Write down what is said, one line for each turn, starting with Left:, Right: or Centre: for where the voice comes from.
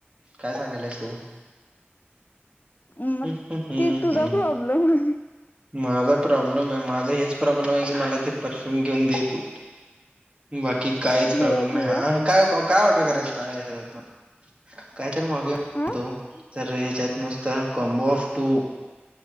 Right: काय सांगायलीयास तु.
Left: म
Right: हम्म, हम्म,
Left: ती तुझा
Right: हम्म.
Left: प्रॉब्लेम हाय.
Right: माझा प्रॉब्लेम ये माझा हेच प्रॉब्लेम आहे की मला ते परफ्यूम घेऊन दे तू. बाकी कायच
Left: घेऊया
Right: प्रॉब्लेम
Left: घेऊया
Right: नाही काय ऑर्डर करायच <unintelligible> काय तर मागया म्हणतो
Left: हं.
Right: तर ह्याच्यात नुसतं कॉम्बो ऑफ टू